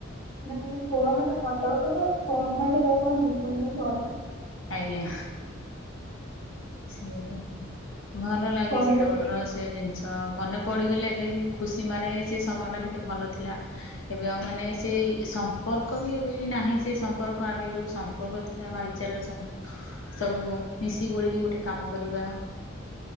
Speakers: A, on the left (about 25°); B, on the left (about 75°).
A: ଏନା ଖାଲା ଫୋନରେ ଫୋଟ ଉଠେଇବେ ଫୋନ ଧଇଲେ <unintelligible>
B: ଆଜ୍ଞା। ସେ ଭଲଲାଗେ
A: ଫୋନ୍
B: ସେତେବେଳେର
A: ଦେଖିକି
B: ସେ ସେ ଜିନିିଷ ମନେ ପଡ଼ିଗଲେ ଏବେ ବି ଖୁସି ମାଡ଼େ ସେ ସମୟଟା କେତେ ଭଲଥିଲା। ଏବେ ଆଉ ମାନେ ସେଇ ସମ୍ପର୍କ ବି ଏବେ ବି ନାହିଁ ସେ ସମ୍ପର୍କ ଆଗେ ଯୋଉ ସମ୍ପର୍କ ଥି ଲା ଭାଇଚାରାର ସମ୍ ସବୁ ମିଶି ଗୋଳିକି ଗୋଟେ କାମ କରିବା।